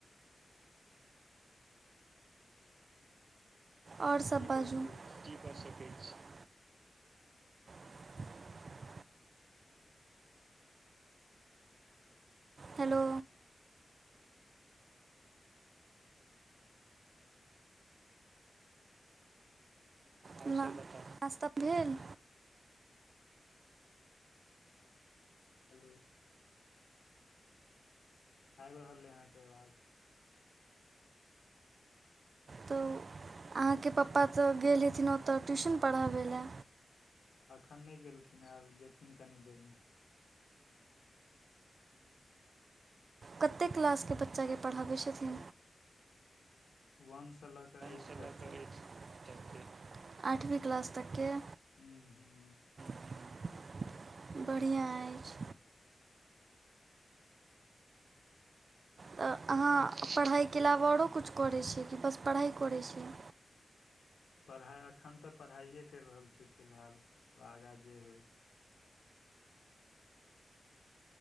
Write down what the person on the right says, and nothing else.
और सब बाजू
की कऽ सकै छियै <unintelligible> हेलो <unintelligible> नास्ता भेल।
तो उऽ अहाँकेँ पप्पा तऽ गेल हथिन ओतऽ ट्यूशन पड़हाबे लए।
कतेक क्लास केँ बच्चा कऽ पड़हबैत छथि।
<unintelligible>
अठवीं क्लास तक केँ
<unintelligible> बड़ियाँ ऐछ तऽ अहाँ पड़हाइ केँ अलावा औरो कुछ करै छियै कि बस पड़हाइ करै छियै।